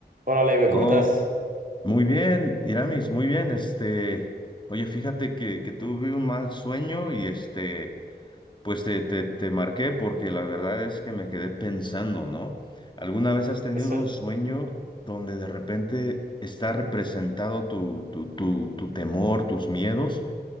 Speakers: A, on the right; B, on the left.
A: Hola, Leibe,
B: Oh,
A: ¿cómo estás?
B: muy bien, Iramis, muy bien. Este, oye, fíjate que, que tuve un mal sueño y este, pues te, te, te marqué porque la verdad es que me quedé pensando, ¿no? ¿Alguna vez has tenido
A: Que soy-
B: un sueño donde de repente está representado tu, tu, tu, tu temor, tus miedos,